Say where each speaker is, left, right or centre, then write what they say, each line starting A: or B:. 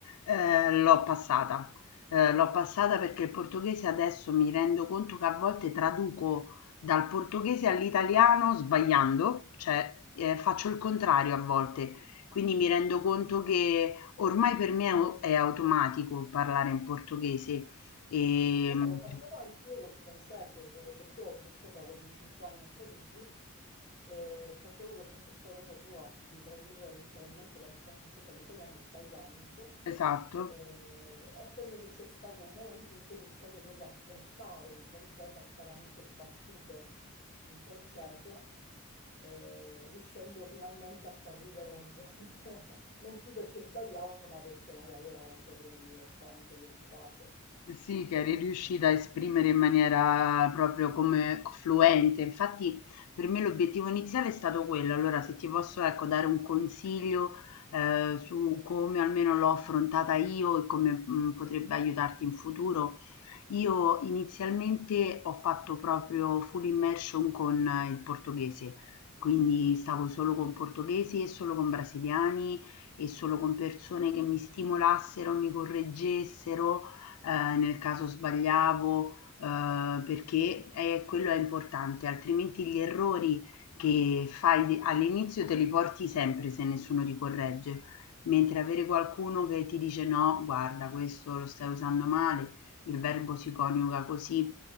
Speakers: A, on the left (about 80°); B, on the left (about 45°).
A: ehm, l'ho passata. Ehm, l'ho passata perché il portoghese adesso mi rendo conto che a volte traduco dal portoghese all'italiano sbagliando, cioè, ehm, faccio il contrario a volte. Quindi mi rendo conto che ormai per me è au è automatico parlare in portoghese, ehm
B: Eh, ma lo facevo anch'io col francese, se- perché io sono stata quasi 5 anni a Parigi e facevo questa stessa cosa tua, di tradurre letteralmente dal francese all'italiano sbagliando.
A: Esatto.
B: E, e poi invece c'è stato un momento in cui ho iniziato proprio a pensare in francese, a fare anche battute in francese, eh, riuscendo finalmente a far ridere la gente, <laughs> non più perché sbagliavo, ma perché magari era qualcosa di divertente, di efficace.
A: Sì, che eri riuscita a esprimere in maniera proprio come fluente. Infatti, per me l'obiettivo iniziale è stato quello. Allora, se ti posso, ecco, dare un consiglio, eh, su come almeno l'ho affrontata io e come, mhmm, potrebbe aiutarti in futuro, Io inizialmente ho fatto proprio full immersion con eh, il portoghese, quindi stavo solo con portoghesi e solo con brasiliani e solo con persone che mi stimolassero, mi correggessero, eh, nel caso sbagliavo, eh, perché è- quello è importante, altrimenti gli errori che fai de- all'inizio te li porti sempre se nessuno ti corregge. Mentre avere qualcuno che ti dice no, guarda, questo lo stai usando male, il verbo si coniuga così,